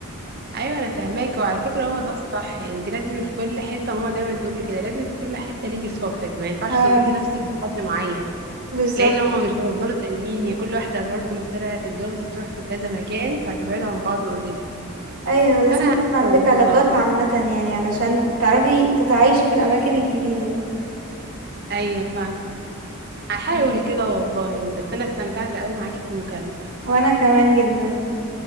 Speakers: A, on the right; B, on the right.
A: ايوه انا فاهماك وعلى فكره هو ده الصح انت لازم في كل حته ماما دايما تقول لي كده لازم في كل حته ليكي صاحب ما ينفعش
B: اه
A: تربطي نفسك بحد معين
B: بالظبط
A: لان هما مش هيفضلوا دايمين يا كل واحده برضه مصيرها هتتجوز وتروح في كذا مكان فهتبعدوا عن بعض اوريدي
B: ايوه لازم
A: فانا
B: يكون
A: هحاول
B: عندك علاقات
A: كده والله
B: عامة يعني علشان تعرفي تتعايشي في الأماكن الجديدة
A: ايوه فاهم هحاول
B: مم.
A: كده والله بس انا استمتعت قوي معاكي في المكالمه
B: وأنا كمان جدا